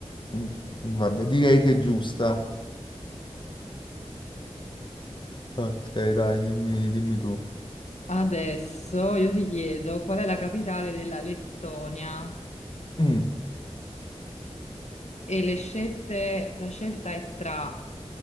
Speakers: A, on the left; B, on the left.
A: Mm, Vabbè, direi che è giusta. Ok, dai, dimmi, dimmi tu.
B: Adesso io ti chiedo qual è la capitale della Lettonia
A: Mm,
B: e le scelte, la scelta è tra